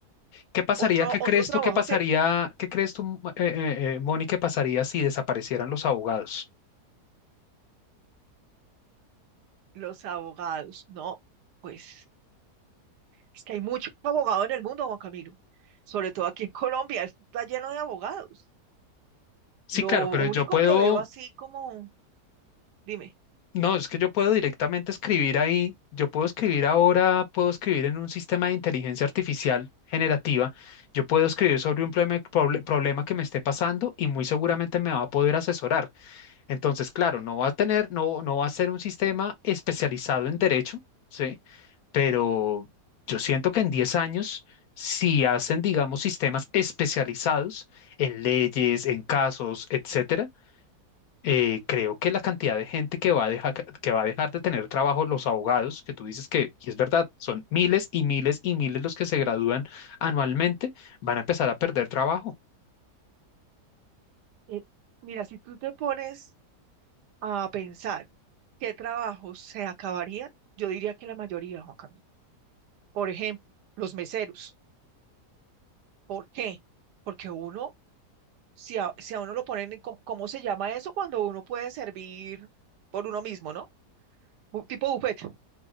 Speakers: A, on the left; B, on the right.
A: ¿Qué pasaría?
B: Otro,
A: ¿Qué
B: otro
A: crees
B: trabajo
A: tú que pasaría?
B: que
A: ¿Qué crees tú, eh, eh, eh, Moni, que pasaría si desaparecieran los abogados?
B: los abogados, no, pues es que hay mucho abogado en el mundo, Juan Camilo, sobre todo aquí en Colombia, esto está lleno de abogados.
A: Sí,
B: Lo
A: claro,
B: único
A: pero yo puedo,
B: que veo así como, dime,
A: no, es que yo puedo directamente escribir ahí, yo puedo escribir ahora, puedo escribir en un sistema de inteligencia artificial generativa, yo puedo escribir sobre un problema, proble- problema que me esté pasando y muy seguramente me va a poder asesorar. Entonces, claro, no va a tener, no, no va a ser un sistema especializado en derecho, ¿sí? Pero yo siento que en 10 años, si hacen, digamos, sistemas especializados en leyes, en casos, etcétera, eh, creo que la cantidad de gente que va a dejar, que va a dejar de tener trabajo, los abogados, que tú dices que, y es verdad, son miles y miles y miles los que se gradúan anualmente, van a empezar a perder trabajo.
B: eh, mira, si tú te pones a pensar qué trabajos se acabarían, yo diría que la mayoría, Juan Camilo. Por ejemplo, los meseros. ¿Por qué? Porque uno si a, si a uno lo ponen en, co- ¿cómo se llama eso? Cuando uno puede servir por uno mismo, ¿no? Bu- tipo buffet.